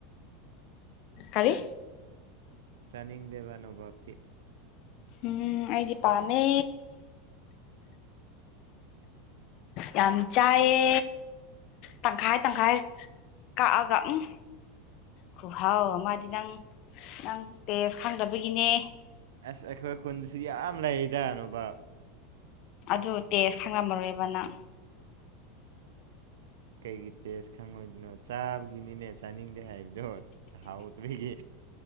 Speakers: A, on the left (about 55°); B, on the right (about 75°).
A: ꯀꯥꯔꯤ
B: ꯆꯥꯅꯤꯡꯗꯦꯕ ꯑꯅꯣꯚꯕꯇꯤ
A: ꯎꯝ ꯑꯩꯗꯤ ꯄꯥꯝꯃꯦ ꯌꯥꯝ ꯆꯥꯏꯌꯦ ꯇꯪꯈꯥꯏ ꯇꯪꯈꯥꯏ ꯀꯛꯑꯒ ꯎꯝ ꯈꯨꯍꯥꯎ ꯃꯥꯗꯤ ꯅꯪ ꯅꯪ ꯇꯦꯁ ꯈꯪꯗꯕꯒꯤꯅꯦ
B: ꯑꯁ ꯑꯩꯈꯣꯏ ꯈꯨꯟꯁꯨ ꯌꯥꯝ ꯂꯩꯗꯅꯣꯕ
A: ꯑꯗꯨ ꯇꯦꯖ ꯈꯪꯂꯝꯝꯃꯔꯣꯏꯕ ꯅꯪ
B: ꯀꯩꯒꯤ ꯇꯦꯁ ꯈꯪꯉꯣꯏꯗꯣꯏꯅꯣ ꯆꯥꯕꯒꯤꯅꯤꯅꯦ ꯆꯥꯅꯤꯡ ꯍꯥꯏꯕꯗꯣ ꯆꯥꯎ ꯇꯒꯤ